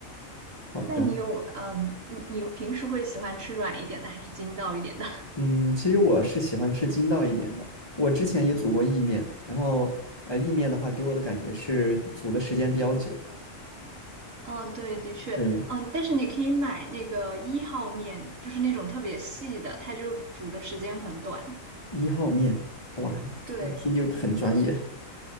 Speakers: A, on the left; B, on the right.
A: 好的，
B: 那你有嗯，你你平时会喜欢吃软一点的还是筋道一点的？<laughs>
A: 嗯，其实我是喜欢吃筋道一点的。我之前也煮过意面，然后呃，意面的话给我的感觉是煮的时间比较久。
B: 嗯，对，的确，
A: 对，
B: 嗯，但是你可以买那个一号面，就是那种特别细的，它就煮的时间很短。
A: 一号面，哇，
B: 对。
A: 一听就很专业。